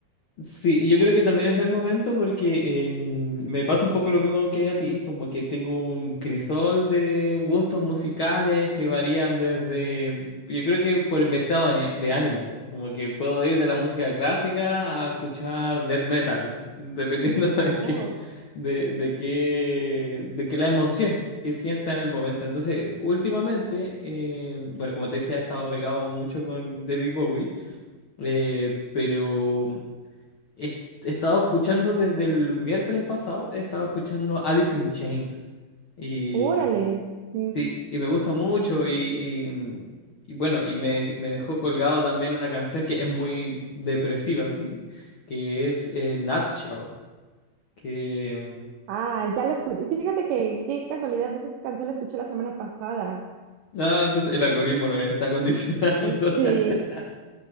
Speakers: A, on the left; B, on the right.
A: Sí, yo creo que también es del momento porque em, me pasa un poco lo mismo que a ti, como que tengo un crisol de gustos musicales que varían desde, yo creo que por mi estado de, de ánimo, como que puedo ir de la música clásica a escuchar death metal, dependiendo <laughs> de
B: Oh,
A: qué, de, de qué, de qué la emoción que sienta en el momento. Entonces, últimamente, eh, bueno, como te decía, he estado pegado mucho con David Bowie. Eh, pero He he estado escuchando desde el miércoles pasado, he estado escuchando Alice in Chains. Y
B: órale. Sí.
A: sí, y me gusta mucho. Y, y, mm, y bueno, y me, me dejó colgado también una canción que es muy depresiva, sí, que es eh, Nutshell. Que.
B: Ah, ya la escuché. Fíjate que qué casualidad, esa canción la escuché la semana pasada.
A: No, entonces el algoritmo nos está condicionando.
B: Eh, Sí,
A: <laughs>